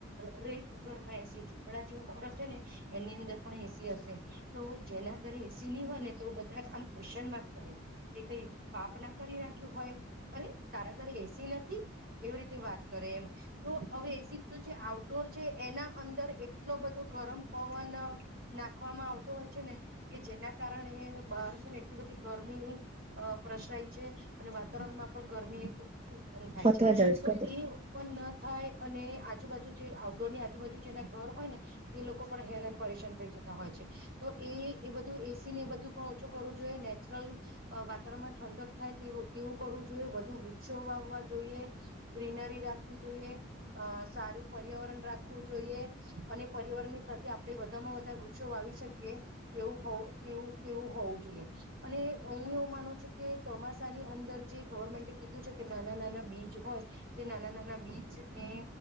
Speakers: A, on the right; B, on the right.
A: દરેક ઘરમાં એસી ઝૂંપડા જેવ ઘર હશે ને એની અંદર પણ એસી હશે તો જેના ઘરે એસી નની હોય ને તો બધા આમ ક્વેશ્ચન માર્ક કરે એ કઈ પાપ ના કરી નાખ્યું હોય એમ અરે તારા ઘરે એસી નથી એવી રીતે વાત કરે એમ તો હવે એસી તો જે આઉટડોર એના અંદર એટલો બધો ગરમ પવન નાખવામાં આવતો હોય છે ને કે જેના કારણે બારષોને એટલી બધી ગરમી અ પ્રસરાય છે અને વાતાવરણમાં પણ ગરમી ઉત્પન્ન થાય
B: પતવા
A: છે
B: જાય
A: તો
B: છે
A: એ ઉત્પન્ન ન થાય અને આજુબાજુ જે આઉટડોરની આજુબાજુ જેના ઘર હોય ને એ લોકો પણ હેરાન પરેશાન થઈ જતા હોય છે તો એ એ બધું એસી ને એ બધું ઓછું કરવું જોઈએ નેચરલ વાતાવરણમાં ઠંડક થાય તેવું કરવું જોઈએ જોએ વધુ વૃક્ષો વાવવા જોઈએ ગ્રીનરી જોઈએ સારું પર્યાવરણ રાખવું જોઈએ અને પરવરણની સાથે આપડણે વધામાં વધારે વૃક્ષો વાવી શકીએ તેવું હો તેવું હોવું જોઈએ અને હું એવું માનો છું કે ચોમાસાના જે ગવર્મેન્ટે કીધું છે કે નાના નાના બીજ હોય તે નાના નાના બીજ એ